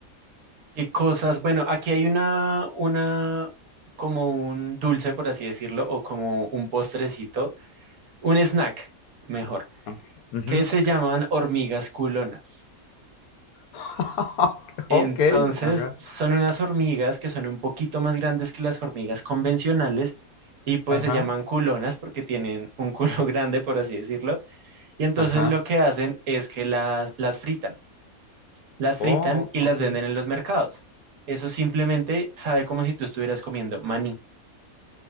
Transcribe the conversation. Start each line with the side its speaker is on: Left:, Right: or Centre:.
Right: Qué cosas, bueno, aquí hay una, una, como un dulce, por así decirlo, o como un postrecito, un snack, mejor,
Left: Ah, ujú.
Right: que se llaman hormigas culonas.
Left: <laughs>
Right: Entonces,
Left: Ok, ajá,
Right: son unas hormigas que son un poquito más grandes que las hormigas convencionales y pues
Left: ajá,
Right: se llaman culonas porque tienen un culo <laughs> grande, por así decirlo. Y entonces
Left: ajá.
Right: lo que hacen es que las, las fritan, las fritan
Left: Oh,
Right: y las
Left: ok.
Right: venden en los mercados. Eso simplemente sabe como si tú estuvieras comiendo maní.